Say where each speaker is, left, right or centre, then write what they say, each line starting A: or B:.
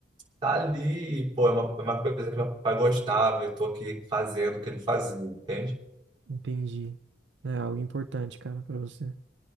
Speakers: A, on the right; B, on the right.
A: tá ali, pô, é uma, é uma coisa que meu pai gostava, eu tô aqui fazendo o que ele fazia, entende?
B: entendi. É algo importante, cara, pra você.